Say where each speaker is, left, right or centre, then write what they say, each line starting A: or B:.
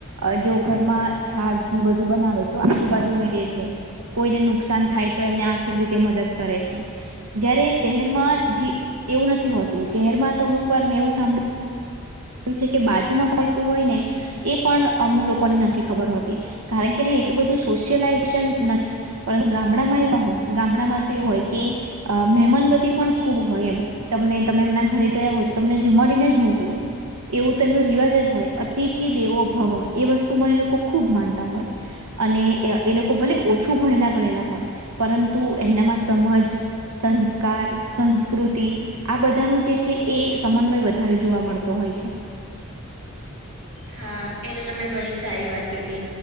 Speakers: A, on the right; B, on the right.
A: અ જો ઘરમાં છાસ, ઘી બધું બનાવે તો આજુબાજુ વેચે છે. કોઈને નુકસાન થાય તો એમને આર્થિક રીતે મદદ કરે છે. જયારે શહેરમાં જી એવું નથી હોતું શહેરમાં તો અમુક વાર મેં એવું સાંભળ્યું યુ છે કે બાજુમાં પણ રહેતું હોય ને એ પણ અમુક લોકોને નથી ખબર હોતી. કારણ કે એટલું બધું સોશિયલાઈઝ નથી. પરંતુ ગામડામાં એવું ન હોય, ગામડામાં તો એવું હોય કે અ મહેમાનવતી પણ ખુબ હોય એમ તમને તમે એમના ઘરે ગયા હોય તો તમને જમાડીને જ મોકલે. એવું તેમ એનો રિવાજ જ હોય અતિથિ દેવો ભવ એ વસ્તુમાં એ લોકો ખૂબ માનતા હોય. અને એ લોકો ભલે ઓછું ભણેલા ગણેલા હોય પરંતુ એમનામાં સમજ સંસ્કાર, સંસ્કૃતિ આ બધાનું જે છે એ સમન્વય વધારે જોવા મળત તો હોય છે.
B: હા એ તો તમે ઘણી સારી વાત કીધી.